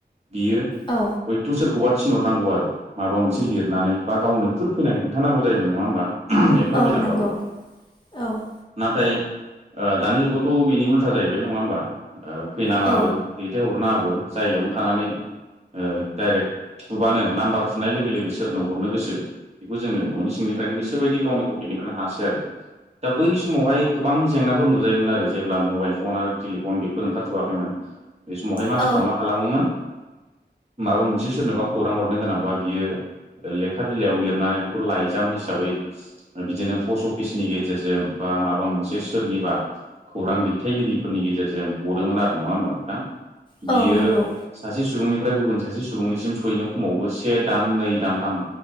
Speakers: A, on the right; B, on the left.
A: बियो
B: औ।
A: हयथ' सोरखौबा थिनहरनांगौ आरो माबा मोनसे लिरनानै बा गावनो खुद फैनानै खोन्थानांगौ जायोमोन नङा होमबा? एफा
B: औ
A: गोजानबाबो।
B: नंगौ औ
A: नाथाय ओ दानि जुगावथ' बिनि उल्था जाहैबाय नङा होमबा ओ फैनाङाबो
B: औ
A: दैथायहरनाङाबो जायगायावनो थानानै ओ डाइरेक्ट थुबानो नाम्बार थुनाय लोगो लोगो सोरनो हरनो गोसो बेखौ जोङो न'नि सिंनिफ्रायनो गोसोबायदि गावनि पकेटनिफ्रायनो हासै आरो। दा बै समावहाय गोबां जेंनाफोर नुजायोमोन आरो जेब्ला मबाइल फन आरो टेलिफन बेफोर ओंखारथ'वाखैमोन। बे समावहाय मानसिफ्रा
B: औ
A: मा खालामोमोन माबा मोनसे सोरनोबा खौरां हरनो गोनांबा बियो लेखा बिलाइयाव लिरनानै बेखौ लाइजाम हिसाबै बिदिनो पस्ट अफिसनि गेजेरजों बा माबा मोनसे सोरनिबा खौरां दैथायगिरिफोरनि गेजेरजों हरोमोन आरो नङा होमबा नोंथां?
B: औ
A: बियो
B: नंगौ
A: सासे सुबुंनिफ्राय गुबुन सासे सुबुंनिसिम सहैनो खमावबो से दान नै दान थाम